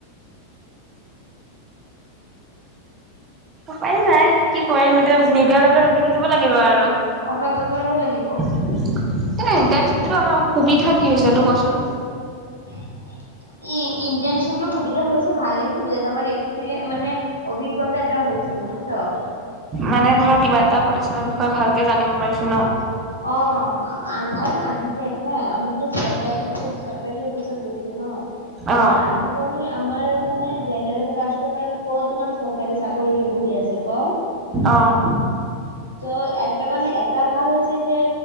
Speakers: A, on the right; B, on the left.
A: উপায় নাই কি কৰিম এতিয়া নিদিয়ালৈকে ৰখি থাকিব লাগিব আৰু।
B: অপেক্ষা কৰিব লাগিব।
A: এই ইণ্টাৰ্নশ্বিপটো আমাৰ সুবিধা কি হৈছে সেইটো ক'চোন?
B: ই ইণ্টাৰ্নশ্বিপটো সুবিধা হৈছে ভালেই সুবিধা হৈছে আমাৰ এক্সপিৰিয়ে মানে। অভিজ্ঞতা এটা হৈছে বুজিছো।
A: মানে ধৰ কিবা এটা প্ৰতিষ্ঠানৰ বিষয়ে ভালকে জানিব পাৰিছো ন।
B: অ আ আৰু আজি দেখ হা আমিতো চৰকাৰী তোৰ চৰকাৰী অফিচত গৈছো ন। চোৱা
A: অ',
B: আজিকালি আমাৰ মানে জেনেৰেল কাষ্টৰ কাৰণে ওপৰত ইমান চৰকাৰী চাকৰিৰে বহি আছে ক।
A: অ',
B: ত' একটা মানে এটা ভাল হৈছে যে।